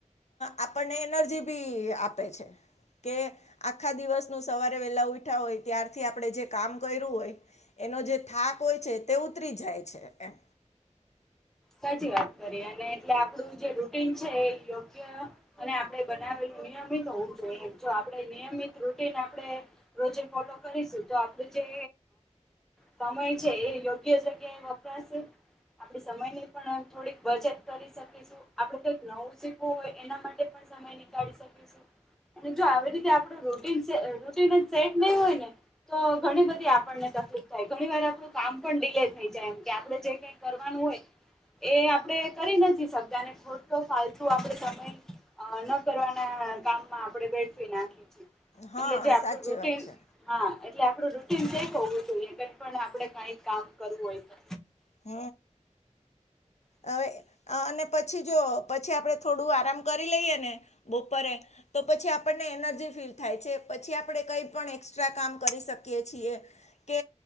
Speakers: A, on the left; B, in the centre.
A: આપણને એનર્જી ભી આપે છે, કે આખા દિવસનું સવારે વેલા ઉઠિયા હોય, ત્યારથી આપડે જે કામ કર્યું હોય,, એનો જે થાક હોય છે, તે ઉતરી જાય છે એમ
B: સાચી વાત કરીએ, અને એટલે આપડુ જે રૂટીન છે એ યોગ્ય અને આપડે બનાવેલું નિયમિત હોવું જોઈએ, જો આપડે નિયમિત રૂટિન આપડે રોજે ફોલો કરીશું, તો આપડું જે સમય છે, એ યોગ્ય જગ્યા એ વપરાશે, આપડી સમયની પણ થોડીક બચત કરી શકીશું, આપડે કઈક નવું શીખવું હોય એના માટે પણ તો એ નિરાળી શકીશું. અને જો આવી રીતે આપડે રૂટિન છે, રૂટિન જ સેટ નહી હોયને તો ઘણી બધી આપણને તકલીફ થાય, ઘણી વાર આપણું કામ પણ ડીલે થઈ જાય એમ કે, આપડે જે કઈ કરવાનું હોય એ આપણે કરી નથી શકતા, અને ખોટો ફાલતુ આપડે સમય અ.. ન કરવાના કામમાં આપડે વેડફી નાખીએ છીએ,
A: હમ હા
B: એટલે જે આપડું
A: સાચી
B: રૂટીન
A: વાત છે
B: હા એટલે આપડું રૂટીન સેટ હોવું જોઈએ, કઈ પણ આપડે કઈક કામ કરવું હોય તો
A: હ, હવે અને પછી જો પછી જો, થોડું આરામ કરી લઈએ, ને બપોરે તો પછી આપણને એનર્જી ફીલ થાય છે, પછી આપડે કઈ પણ એક્સ્ટ્રા કામ કરી શકીએ છીએ કે